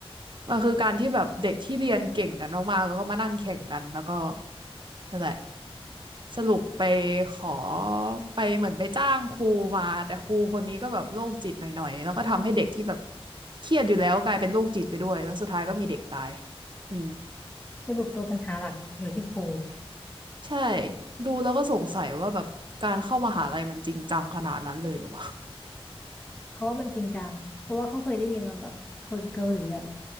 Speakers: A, on the right (about 50°); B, on the left (about 15°).
A: มันคือการที่แบบเด็กที่เรียนเก่งกันมากๆแล้วก็มานั่งแข่งกันแล้วก็นั่นแหละสรุปไปขอไปเหมือนไปจ้างครูมาแต่ครูคนนี้ก็แบบโรคจิตหน่อยๆแล้วก็ทำให้เด็กที่แบบเครียดอยู่แล้วกลายเป็นโรคจิตไปด้วยแล้วสุดท้ายก็มีเด็กตายอืม
B: สรุปตัวปัญหาหลักอยู่ที่ครู
A: ใช่ดูแล้วก็สงสัยว่าแบบการเข้ามหาลัยมันจริงจังขนาดนั้นเลยหรือวะ
B: เขาว่ามันจริงจังเพราะว่าเขาเคยได้ยินมาแบบคนเกาหลีอ่ะ